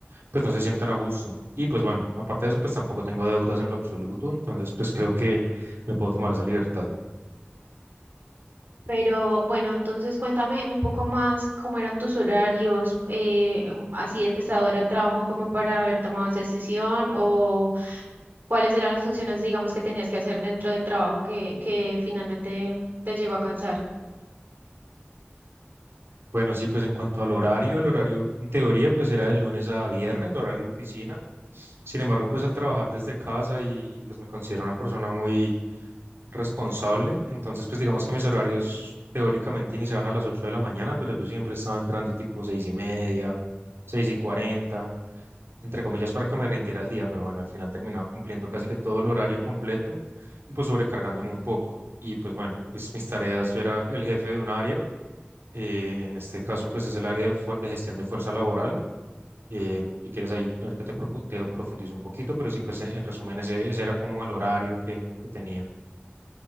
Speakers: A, on the right (about 70°); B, on the right (about 50°).
A: pues no se sientan a gusto. Y pues bueno, aparte de eso, pues tampoco tengo deudas en lo absoluto, entonces pues creo que me puedo tomar esa libertad.
B: Pero bueno, entonces cuéntame un poco más cómo eran tus horarios, eh, um, así de pesado era el trabajo como para haber tomado esa decisión o cuáles eran las funciones, digamos, que tenías que hacer dentro del trabajo que, que finalmente te llegó a cansar.
A: Bueno, sí, pues en cuanto al horario, el horario en teoría pues era de lunes a viernes, horario de oficina. Sin embargo, pues al trabajar desde casa y, y pues me considero una persona muy responsable, entonces pues digamos que mis horarios teóricamente iniciaban a las 8 de la mañana, pero yo siempre estaba entrando tipo 6 y media, 6 y 40 entre comillas, para que me rindiera el día, pero bueno, al final terminaba cumpliendo casi que todo el horario completo y pues sobrecargándome un poco. Y pues bueno, pues mis tareas, yo era el jefe de un área, eh, en este caso pues es el área de, fuer- de gestión de fuerza laboral. Eh, si quieres ahí, ahorita te, propu- te profundizo un poquito, pero sí, pues en en resumen, ese, ese era como el horario que, que tenía.